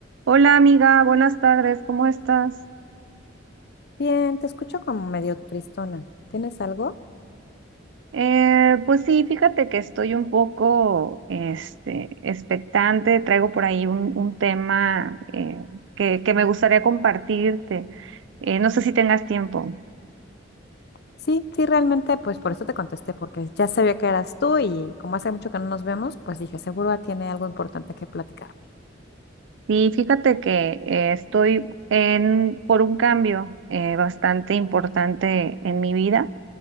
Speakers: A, on the right (about 70°); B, on the left (about 55°).
A: Hola amiga, buenas tardes, ¿cómo estás?
B: Bien, te escucho como medio tristona. ¿Tienes algo?
A: Eh, pues sí, fíjate que estoy un poco este, expectante, traigo por ahí un, un tema eh, que, que me gustaría compartirte. Eh, no sé si tengas tiempo.
B: Sí, sí, realmente, pues por eso te contesté, porque ya sabía que eras tú y como hace mucho que no nos vemos, pues dije, seguro tiene algo importante que platicar.
A: Sí, fíjate que eh, estoy en, por un cambio eh, bastante importante en mi vida.